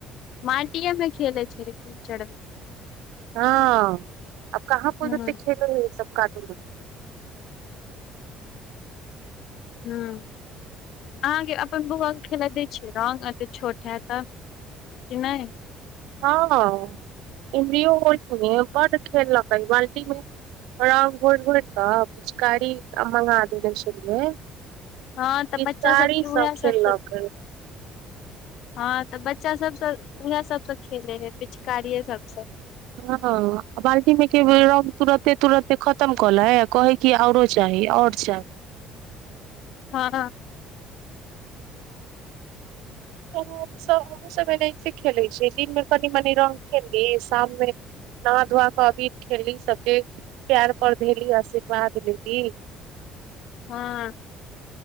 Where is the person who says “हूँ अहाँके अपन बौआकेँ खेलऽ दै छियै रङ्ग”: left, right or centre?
Left